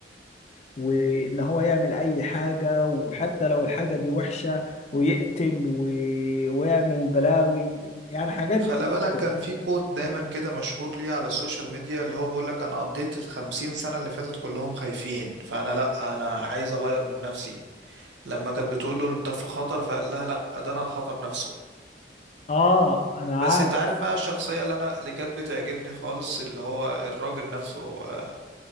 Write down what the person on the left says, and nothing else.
وان هو يعمل اي حاجة وحتى لو الحاجة دي وحشة ويقتل و... ويعمل بلاوي يعني حاجات
حلوة
اه انا
عارف